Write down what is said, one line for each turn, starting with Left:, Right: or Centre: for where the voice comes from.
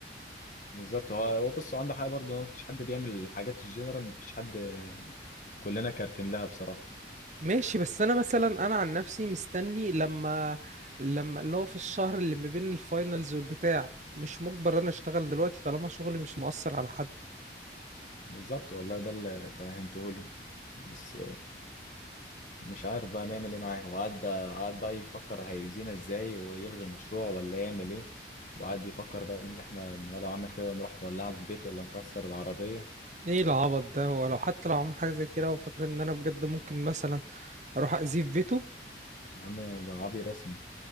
Left: بالظبط هو هو بص هو عنده حق برضه هو مفيش حد بيعمل الحاجات الجنرال مفيش حد كلنا كارفين لها بصراحه
Right: ماشي بس انا مثلا انا عن نفسي مستني لما لما اللي هو في الشهر اللي ما بين الفاينلز والبتاع مش مجبر انا اشتغل دلوقتي طالما شغلي مش مؤثر على حد
Left: بالظبط والله ده اللي فهمته له بس مش عارف بقى نعمل ايه معاه وقعد قعد بقى يفكر هيأذينا ازاي ويلغي المشروع ولا يعمل ايه وقعد يفكر بقى ان احنا إن هو لو عمل كده نروح نولعه في البيت ولا نكسر العربية
Right: ايه العبط ده ولو حتى لو عمل حاجه زي كده وفاكر ان انا بجد ممكن مثلا اروح اذيه في بيته
Left: يا عم ده عبي رسمي